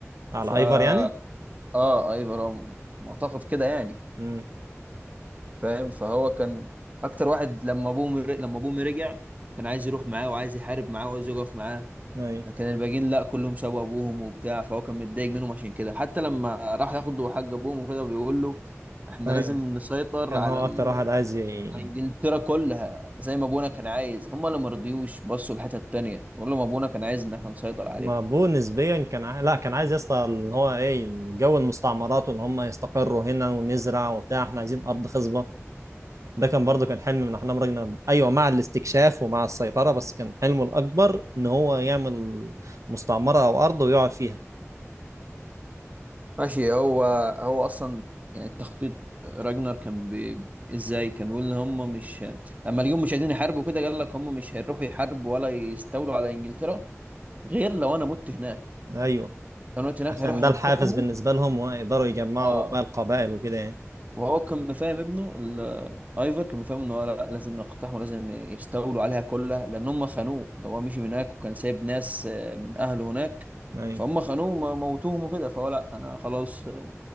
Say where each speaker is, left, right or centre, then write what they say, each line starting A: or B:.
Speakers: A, on the right (about 80°); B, on the right (about 30°).
A: على
B: فا
A: أيفر يعني؟
B: آه أيوة هو معتقد كده يعني
A: امم
B: فاهم فهو كان أكتر واحد لما أبوه مر... لما أبوه رجع كان عايز يروح معاه وعايز يحارب معاه وعايز يقف معاه
A: أيوه
B: لكن الباقيين لأ كلهم سابوا أبوهم وبتاع فهو كان متضايق منهم عشان كده حتى لما راح ياخدوا حق أبوهم وكده بيقول له إحنا
A: أيوه
B: لازم نسيطر
A: كان
B: على
A: هو
B: ال...
A: أكتر واحد عايز ي...
B: انجلترا كلها زي ما ابونا كان عايز هم اللي ما رضيوش بصوا الحته التانيه بقول لهم ابونا كان عايز ان احنا نسيطر عليها
A: ما بو نسبيا كان ع... لا كان عايز يا اسطى اللي هو ايه جو المستعمرات واللي هم يستقروا هنا ونزرع وبتاع احنا عايزين ارض خصبه ده كان برضه كان حلم من احلام راجنر ايوه مع الاستكشاف ومع السيطره بس كان حلمه الاكبر ان هو يعمل مستعمره او ارض ويقعد فيها
B: ماشي هو هو اصلا يعني التخطيط راجنر كان بي... ازاي كان بيقول ان هم مش لما اليوم مش عايزين يحاربوا كده قال لك هم مش هيروحوا يحاربوا ولا يستولوا على انجلترا غير لو انا مت هناك
A: ايوه
B: لو انا مت هناك
A: عشان
B: هيروحوا
A: ده
B: ينتقموا
A: الحافز بالنسبه لهم ويقدروا يجمعوا
B: اه
A: بقى القبائل وكده يعني
B: وهو كان مفاهم ابنه ال- ايفر كان مفاهم ان هو لا لازم يقتحموا لازم يستولوا عليها كلها لان هم خانوه لو هو مشي من هناك وكان سايب ناس آه، من اهله هناك
A: ايوه
B: فهم خانوه م- موتوهم وكده فهو لا انا خلاص آه،